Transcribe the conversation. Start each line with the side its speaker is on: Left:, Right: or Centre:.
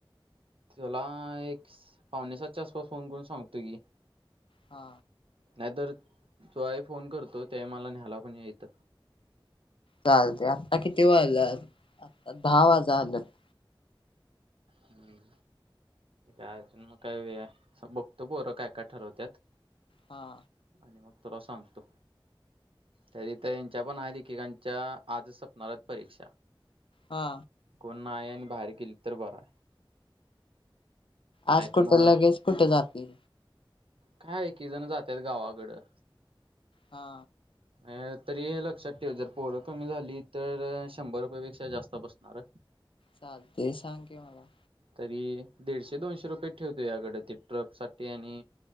Right: तुला एक पावणेसातच्या आसपास फोन करून सांगतो की.
Left: हा
Right: नाहीतर तो फोन करतो त्यावेळी मला न्यायला पण ये इथ.
Left: चालतय आता किती वाजायलात आता दहा वाजल्यात.
Right: हम्म अजून मग काय वेळ हाय बघतो पोर काय काय ठरवतात?
Left: हा.
Right: आणि मग तुला सांगतो. तरी ते यांच्या पण एककांच्या आजच सपनार आहेत परीक्षा.
Left: हा
Right: कोण नाही आणि बाहेर केली तर बरा. नाही
Left: आज कुठे
Right: तर मग
Left: लगेच कुठे जातय.
Right: काय एकीक जण जातात गावाकडं.
Left: हा
Right: अ तरी लक्षात ठेव जर पोरं कमी झाली तर शंभर रुपयापेक्षा जास्त बसणार.
Left: चालते सांग की मला.
Right: तरी दीडशे दोनशे रुपये ठेव तू ज्या कड ते ट्रक साठी आणि